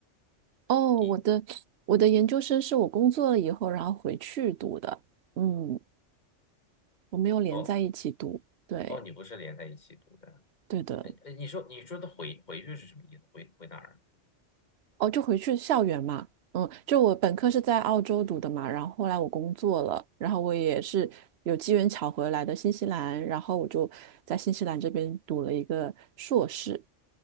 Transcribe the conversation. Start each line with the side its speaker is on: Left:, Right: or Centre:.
Right: 哦，我的我的研究生是我工作了以后，
Left: 一
Right: 然后回去读的。嗯，我没有连在一起读。
Left: 哦
Right: 对
Left: 哦，你不是连在一起读的。
Right: 对的。
Left: 呃，呃，你说你说的回回去是什么意思？回回哪儿？
Right: 哦，就回去校园嘛，嗯，就我本科是在澳洲读的嘛，然后后来我工作了，然后我也是有机缘巧合来的新西兰，然后我就在新西兰这边读了一个硕士，